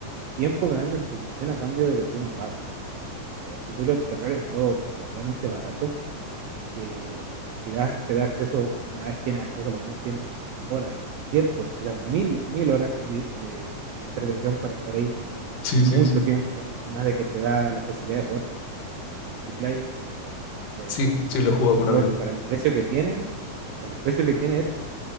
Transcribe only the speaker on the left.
Sí,
sí, sí.
Sí, sí, lo he
jugado
con
amigos.